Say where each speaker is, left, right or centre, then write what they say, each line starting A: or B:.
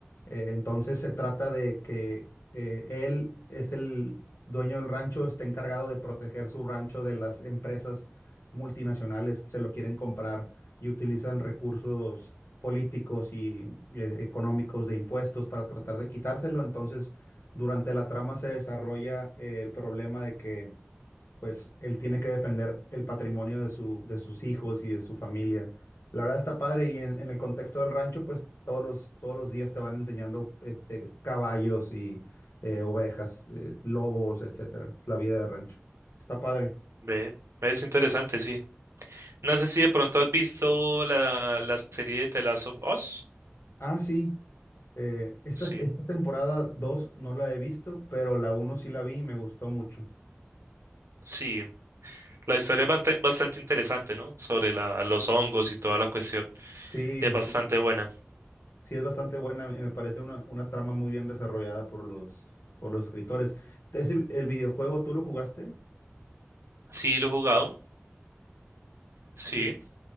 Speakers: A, on the left; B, on the right.
A: Eh, entonces se trata de que eh, él es el dueño del rancho, está encargado de proteger su rancho de las empresas multinacionales que se lo quieren comprar y utilizan recursos políticos y eh, económicos de impuestos para tratar de quitárselo. Entonces durante la trama se desarrolla eh, el problema de que, pues, él tiene que defender el patrimonio de su, de sus hijos y de su familia. La verdad está padre y en, en el contexto del rancho, pues, todos los, todos los días te van enseñando este, caballos y eh, ovejas, eh, lobos, etcétera. La vida de rancho. Está padre.
B: ve, es interesante, sí. No sé si de pronto has visto la, la serie de The Last of Us.
A: Ah, sí. eh, estas-
B: Sí,
A: esta temporada 2 no la he visto, pero la uno sí la vi y me gustó mucho.
B: sí. La historia es bante- bastante interesante, ¿no? Sobre la, los hongos y toda la cuestión.
A: Sí,
B: Es bastante
A: sí,
B: buena.
A: Sí, es bastante buena, y me parece una, una trama muy bien desarrollada por los, por los escritores. Ese- ¿El videojuego tú lo jugaste?
B: Sí, lo he jugado. Sí.
A: Sí,